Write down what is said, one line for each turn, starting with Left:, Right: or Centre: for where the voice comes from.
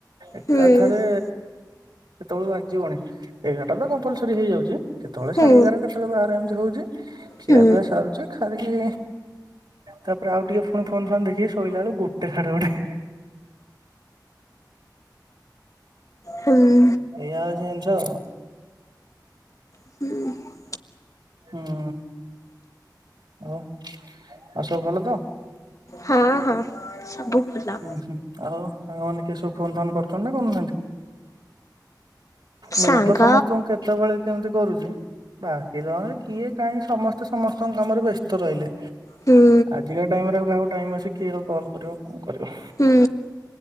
Right: ଏକାଥରେ
Left: ହୁଁ
Right: ସେତେବେଳେ ବାଜିବନି। ଏଗାରଟା ତ କମ୍ପଲସରି ହେଇଯାଉଛି କେତେବେଳେ ସାଢେ
Left: ହୁଁ ହୁଁ
Right: ଏଗାର କେତେବେଳେ ବାର ଏମିତି ହଉଛି। ଖିଆ
Left: ହୁଁ
Right: ପିଆ ସାରୁଛି ଖାଇିକି ତାପରେ ଆଉ ଟିକେ ପୁଣି ଫୋନ୍ ଫୋନ୍ ଦେଖିକି ଶୋଇଲା ବେଳକୁ ଗୋଟେ ସାଢେ ଗୋଟେ।
Left: ହୁଁ
Right: ଏଇଆ ହଉଛି ଜିନିଷ।
Left: ହୁଁ
Right: ହୁଁ ଓ ଆଉ ସବୁ ଭଲ ତ?
Left: ହଁ ହଁ ସବୁ ଭଲ।
Right: ହୁଁ ହୁଁ ଆଉ ସାଙ୍ଗମାନେ କିଏ ସବୁ ଫୋନ ଫୋନ କରୁଛନ୍ତି ନା କରୁନାହାନ୍ତି। ମୁଁ
Left: ସାଙ୍ଗ
Right: ତ ସମସ୍ତଙ୍କୁ କେତବେଳେ କେମିତି କରୁଛି ବାକି ରହିଲେ କିଏ କାହିଁ ସମସ୍ତେ ସମସ୍ତଙ୍କ କାମରେ ବ୍ୟସ୍ତ ରହିଲେ।
Left: ହୁଁ
Right: ଆଜିକା ଟାଇମରେ ଆଉ କାହାକୁ ଟାଇମ୍ ଅଛି କିଏ ଆଉ କଲ୍ କରିବ କଣ କରିବ।
Left: ହୁଁ